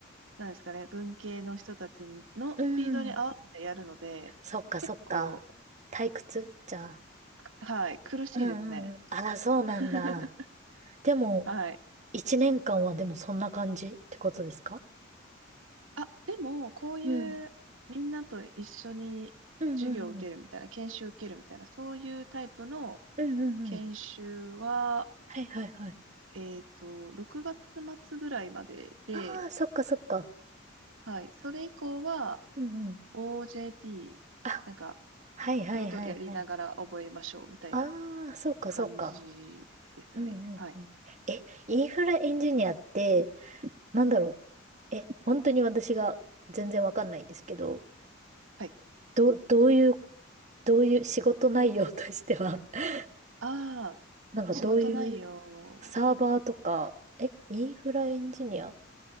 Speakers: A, on the right (about 70°); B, on the right (about 40°).
A: う、なんですかね、文系の人たちのスピードに合わせてやるので、
B: うん。そっかそっか。
A: 結構、
B: 退屈じゃあ。
A: はい、苦しいですね。
B: うんうん。あら、そうなんだ。
A: <laughs>
B: でも、
A: はい。
B: 一年間はでもそんな感じってことですか
A: あ、でも、こういうみんなと一緒に授業を受けるみたいな、
B: うん。うんうんうん。
A: 研修を受けるみたいな、そういうタイプの
B: うんうんうん。
A: 研修は、
B: はいはいはい。
A: えっと、6月末ぐらいまでで、
B: ああ、そっかそっか。
A: はい、それ以降は
B: うんうん。
A: OJT、
B: あ、
A: なんか
B: はいはいはいはい。
A: 仕事やりながら覚えましょうみたいな
B: ああ、そっかそっか。
A: 感じですね。
B: うんうんうん。
A: はい。
B: え、インフラエンジニアって、なんだろう。え、本当に私が全然わかんないんですけど、
A: はい。
B: ど、どういう、どういう仕事内容としては、<laughs>
A: ああ、
B: なんかどういう
A: 仕事内容、
B: サーバーとか、え、インフラエンジニア